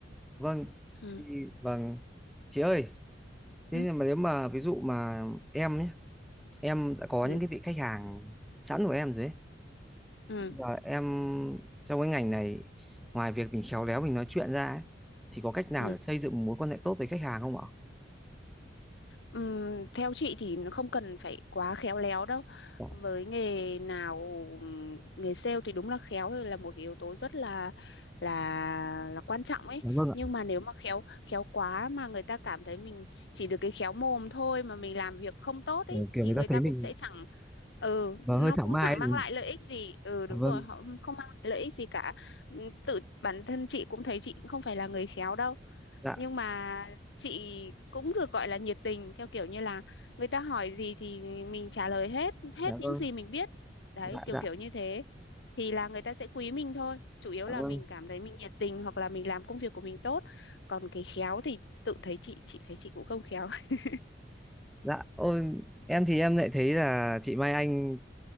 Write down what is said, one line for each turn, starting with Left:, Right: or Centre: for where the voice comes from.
Centre: vâng,
Left: ừ
Centre: thì, vâng, chị ơi, thế
Left: ừ
Centre: nhưng mà nếu mà ví dụ mà em nhé, em đã có
Left: ừ
Centre: những cái vị khách hàng sẵn của em rồi ấy.
Left: ừ,
Centre: Bây giờ em trong cái ngành này, ngoài việc mình khéo léo mình nói chuyện ra ấy, thì có cách nào
Left: ừ.
Centre: để xây dựng một mối quan hệ tốt với khách hàng không ạ?
Left: Ừm, theo chị thì nó không cần phải quá khéo léo đâu.
Centre: Dạ,
Left: Với nghề nào ừm, nghề sale thì đúng là khéo là một cái yếu tố rất là là là quan trọng ấy.
Centre: dạ vâng ạ.
Left: Nhưng mà nếu mà khéo khéo quá mà người ta cảm thấy mình chỉ được cái khéo mồm thôi mà mình làm việc không tốt ấy
Centre: Kiểu, kiểu
Left: thì
Centre: người
Left: người
Centre: ta thấy
Left: ta
Centre: mình
Left: cũng sẽ chẳng ừ
Centre: và
Left: nó
Centre: hơi thảo
Left: cũng
Centre: mai
Left: chẳng
Centre: ấy.
Left: mang lại lợi ích gì. Ừ đúng
Centre: Dạ vâng.
Left: rồi, họ không mang lại lợi ích gì cả. Ừm, Tự bản thân chị cũng thấy chị cũng không phải là người khéo đâu
Centre: Dạ,
Left: nhưng mà chị cũng được gọi là nhiệt tình theo kiểu như là người ta hỏi gì thì mình trả lời hết hết
Centre: dạ
Left: những
Centre: vâng.
Left: gì mình biết đấy
Centre: dạ
Left: kiểu
Centre: dạ
Left: kiểu như thế thì là người ta sẽ quý mình thôi chủ yếu
Centre: cảm
Left: là
Centre: ơn
Left: mình cảm thấy mình nhiệt tình hoặc là mình làm công việc của mình tốt còn cái khéo thì tự thấy chị chị thấy chị cũng không khéo <laughs>
Centre: dạ ôi em thì em lại thấy là chị Mai Anh